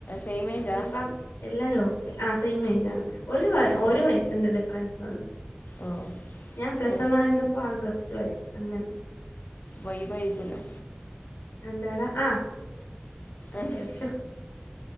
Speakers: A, on the left; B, on the left.
A: സെയിം ഏജാ
B: ഇപ്പം എല്ലാര്വോ? ആ സെയിം ഏജ് ആണ് ഒരു വയ
A: ഓ
B: ഒരു വയസ്സിന്റെ ഡിഫറൻസ് ഉണ്ട്.
A: ഓ
B: ഞാൻ പ്ലസ്
A: ഓ
B: വൺ ആയിരുന്നപ്പോ ആൾ പ്ലസ് ടു ആയിരുന്നു അങ്ങനെ.
A: വൈബയിരിക്കല്ലേ?
B: എന്താടാ ആ അത്യാവശ്യം.
A: ഉം